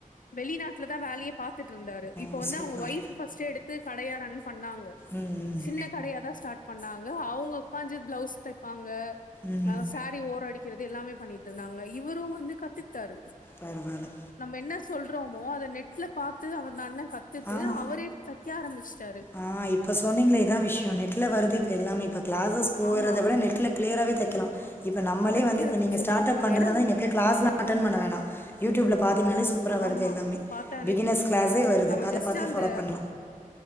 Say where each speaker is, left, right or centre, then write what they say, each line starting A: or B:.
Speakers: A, on the left; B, on the left.
A: வெளிநாட்ல தா வேலையே பாத் த்துட்ருந்தாரு இப்ப
B: ஓ
A: வந்து
B: சூப்பர்
A: அவுங்க வைஃப் ஃபஸ்ட்டு எடுத்து கடைய ரன் பண்ணாங்க
B: ம் ம்
A: சின்ன கடையா தா ஸ்டார்ட் பண்ணாங்க அவுங்க கொஞ்சோ ப்ளவுஸ் தெப்பாங்க
B: ம்
A: ஆ சாரி ஒரோ அடி கிறது எல்லாமே பண்ணிட்ருந்தாங்க இவரு வந்து கத்துட் டாரு
B: பரவாயில்ல
A: நம்ம என்ன சொல்றோமோ அத நெட்ல பாத்து அவர அந்த நல்ல கத்துட்டு
B: ஆ
A: அவரே தச் <unintelligible> ஆரம்பிச்ட்டாரு
B: ஆ இப்ப சொன்னீங்களே இதா விஷ்யோ நெட்ல வருது இப் எல்லாமே இப்ப க்ளாஸஸ் போயிறத
A: ஆமா
B: விட நெட்ல க்ளியராவே தக் க்கெலா இப்ப நம்மளே
A: தைக்கிறதுக்கு
B: வந்து இப்ப நீங்க
A: சொல்லி
B: ஸ்டார்ட்டப்
A: குடுக்குறாங்க
B: பண்றதாந்தா
A: ஏன்னா
B: நீங்க போய் க்ளாஸ்லா அட்டண் பண்ண வேணா யூடியூப்ல தினாலே சூப்பரா வருது
A: ஆமா
B: எல்லாமே
A: பாத்தாலே
B: பிகினர்ஸ்
A: போது
B: க்ளாஸே வருது
A: நம்ம
B: அத
A: ஜஸ்ட்
B: பாத்தே
A: அந்த
B: ஃபாலோ பண்லா